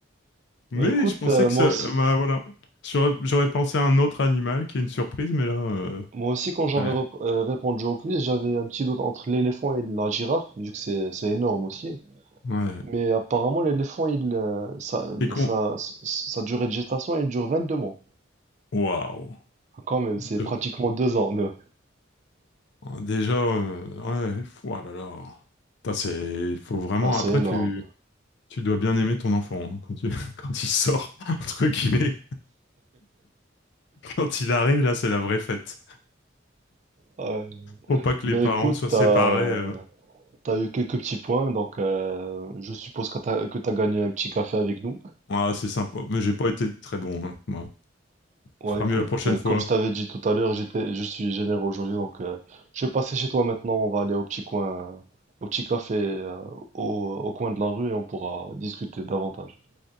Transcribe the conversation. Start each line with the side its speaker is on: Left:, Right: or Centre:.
Left: Mais
Right: Bah, écoute,
Left: je pensais
Right: euh,
Left: que
Right: moi
Left: ça...
Right: aussi.
Left: Bah voilà. J'aurais j'aurais pensé à un autre animal qui est une surprise, mais là... euh,
Right: Moi aussi, quand j'avais
Left: Ouais.
Right: rep- euh, répondu au quiz, j'avais un petit doute entre l'éléphant et la girafe, vu que c'est c'est énorme aussi.
Left: Ouais.
Right: Mais apparemment, l'éléphant, il, euh, sa,
Left: Et qu'on...
Right: sa, sa durée de gestation, il dure 22 mois.
Left: Waouh.
Right: Quand même,
Left: Deux.
Right: c'est pratiquement deux ans. de-
Left: Déjà, euh, ouais, ouah là là. Putain, c'est, il faut vraiment.
Right: Ah, c'est
Left: Après,
Right: énorme.
Left: tu, tu dois bien aimer ton enfant hein, quand tu, <laughs> quand il sort, <laughs> entre guillemets. Quand il arrive, là, c'est la vraie fête.
Right: Ouais.
Left: Faut pas que
Right: Ben
Left: les parents
Right: écoute,
Left: soient
Right: t'as,
Left: séparés. euh.
Right: t'as eu quelques petits points, donc euh, je suppose que t'as, que t'as gagné un petit café avec nous.
Left: Ah, c'est sympa. Mais j'ai pas été très bon. hein, moi.
Right: Ouais,
Left: Fera
Right: écoute,
Left: mieux la prochaine
Right: euh,
Left: fois.
Right: comme je t'avais dit tout à l'heure, j'étais, je suis généreux aujourd'hui, donc euh, je vais passer chez toi maintenant. On va aller au petit coin, au petit café, euh, au, au coin de la rue et on pourra discuter davantage.